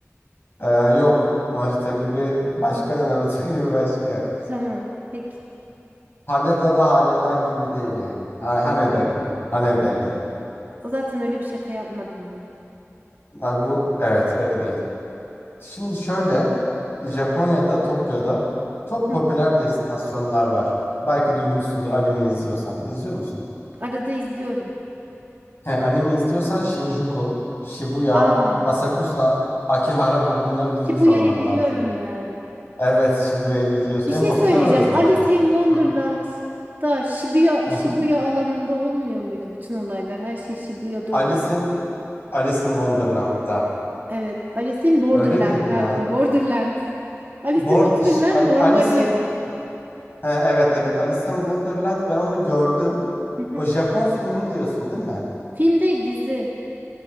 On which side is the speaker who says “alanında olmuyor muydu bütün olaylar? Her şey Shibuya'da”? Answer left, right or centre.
Right